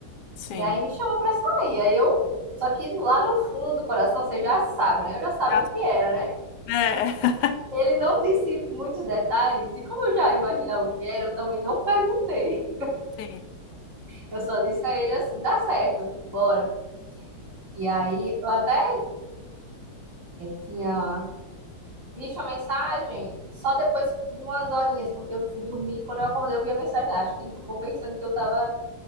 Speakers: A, on the left; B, on the right.
A: Sim.
B: E aí me chamou pra sair, aí eu, só que lá no fundo do coração, você já sabe, né? Eu já sabia
A: Já-
B: o que era, né?
A: É, <laughs>
B: Ele não disse muitos detalhes, e como eu já imaginava o que era, eu também não perguntei.
A: sim.
B: Eu só disse a ele assim, tá certo, bora. E aí, eu até tinha Vi sua mensagem só depois de umas horinhas, porque eu fui dormir. Quando eu acordei, eu vi a mensagem. Acho que ele ficou pensando que eu tava,